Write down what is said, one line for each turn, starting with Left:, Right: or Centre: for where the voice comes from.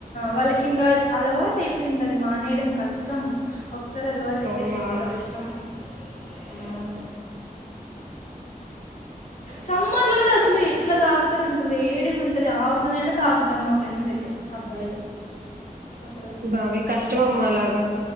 Left: వాళ్ళకి ఇంకా అలవాటు అయిపోయింది అది మానేయడం కష్టం కష్టం ఒకసారి అలవాటు అయితే
Right: అవునవును
Left: చాలా కష్టం ఆ సమ్మర్ లో కూడా అసలు ఎట్లా తాగుతారు అంత వేడిగా ఉంటది ఆఫ్టర్నూన్ అయినా తాగుతారు మా ఫ్రెండ్స్ అయితే అబ్బాయిలు అసలు
Right: బాబొయి కష్టం అమ్మా అలాగా